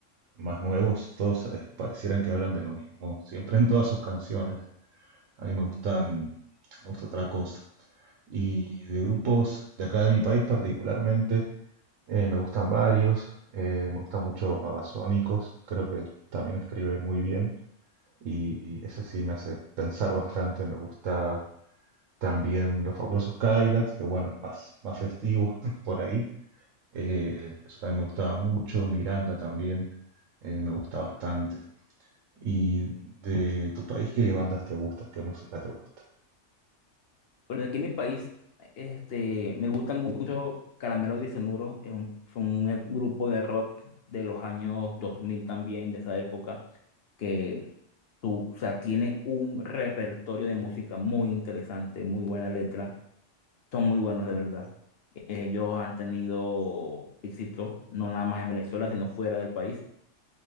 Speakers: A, on the right (about 80°); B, on the left (about 55°).
A: más nuevos, todos eh, parecieran que hablan de lo mismo, siempre en todas sus canciones. A mí me gustan, me gusta otra cosa. Y de grupos de acá de mi país particularmente, eh, me gustan varios, eh, me gusta mucho Babasónicos, creo que también escribe muy bien y ese sí me hace pensar bastante, me gusta también los fabulosos Cadillacs, que bueno, es más, más festivo <laughs> por ahí. Eh, eso también me gustaba mucho. Miranda también eh, me gusta bastante. ¿Y de tu país qué bandas te gustan? ¿Qué música te gusta?
B: Bueno, aquí en mi país, este, me gusta mucho Caramelo de Cianuro, es un, son un grupo de rock de los años 2000 también, de esa época, que tú, o sea, tiene un repertorio de música muy interesante, muy buena letra, son muy buenos de verdad. Ellos han tenido éxito, no nada más en Venezuela, sino fuera del país.